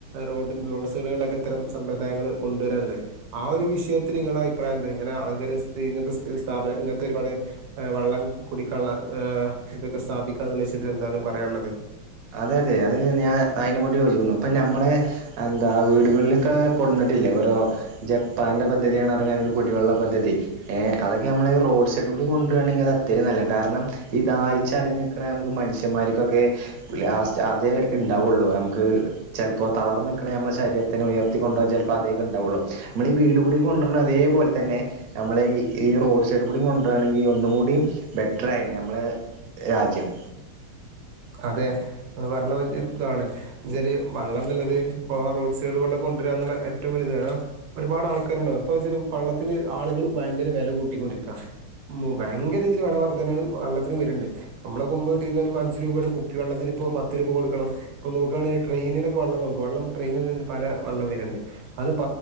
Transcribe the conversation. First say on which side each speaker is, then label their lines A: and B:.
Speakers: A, on the right (about 85°); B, on the right (about 70°).
A: റോഡി റോഡ് സൈഡുകളിലൊക്കെ ഇത്തരം സമ്പ്രദായങ്ങൾ കൊണ്ടുവരന്നില്ലേ ആ ഒരു വിഷയത്തിൽ നിങ്ങളെ അഭിപ്രായം എന്താ ഇങ്ങനെ ആൾ ഇങ്ങനത്തെ സ്ഥാപനം ഇങ്ങനത്തെ ഒരുപാട് വെള്ളം കുടിക്കള്ള ഇതൊക്കെ സ്ഥാപിക്കുക എന്നുള്ള വിഷയത്തിൽ എന്താണ് പറയാനുള്ളത്
B: അതെ അതെ അത് ഞാൻ അയിനോ യോജിക്കുന്നു ഇപ്പൊ നമ്മള എന്താ വീടുകളിലൊക്കെ കൊണ്ടു വന്നിട്ടില്ലേ ഓരോ ജപ്പാന്റെ പദ്ധതിഎന്ന കുടിവെള്ള പദ്ധതി ഏ അതൊക്കെ നമ്മള്ഈ റോഡ് സൈഡിൽ കൂടി കൊണ്ടുവരുയാണെങ്കിൽ അത് അത്രയും നല്ല ഈ ദാഹിച്ച് അലയുന്ന നമുക്ക് മനുഷ്യമാർക്കൊക്കെ അതേ ഉണ്ടാവുള്ളു നമുക്ക് ചിലപ്പോൾ തളർന്ന് നിക്കണയാകുമ്പോ ശരീരത്തിനെ ഉയർത്തിക്കൊണ്ട് കൊണ്ട് വരാൻ ചിലപ്പോൾ അതൊക്കെ ഉണ്ടാവുള്ളു നമ്മള ഈ വീട് കൂടി കൊണ്ടുവരണ അതേപോലെ തന്നെ നമ്മളെ ഈ റോഡ് സൈഡ് കൂടി കൊണ്ടുവരണെങ്കിൽ ഒന്നും കൂടി ബെറ്ററായിരുന്നു നമ്മളുടെ രാജ്യം
A: അതെ നിങ്ങൾ പറഞ്ഞ വല്യ ഇതാണ് വെച്ചാൽ വെള്ളം എന്നുള്ളത് ഇപ്പം റോഡ് സൈഡുകളിൽ കൊണ്ടുവരാന്നുള്ള ഏറ്റവും വലിയത് കാരണം ഒരുപാട് ആൾക്കാരുണ്ടാവും ഇപ്പൊ ചില വെള്ളത്തിന് ആളുകൾ ഭയങ്കര വില കൂട്ടിക്കൊണ്ടിരിക്കാം ഭയങ്കര രീതിയിൽ വില വർധന വെള്ളത്തിന് വരുണ്ട് നമ്മളെ മുൻപ് കിട്ടിരുന്ന ഒരു അഞ്ച് രൂപയുടെ കുപ്പി വെള്ളത്തിന് ഇപ്പോ പത്ത് രൂപ കൊടുക്കണം ഇപ്പം നോക്കുകയാണെങ്കിൽ ട്രെയിനിലൊക്കെ വെള്ളം നോക്കും വെള്ളം ട്രെയിനിൽ നിന്ന് പല വെള്ളം വരുന്നുണ്ട് അത്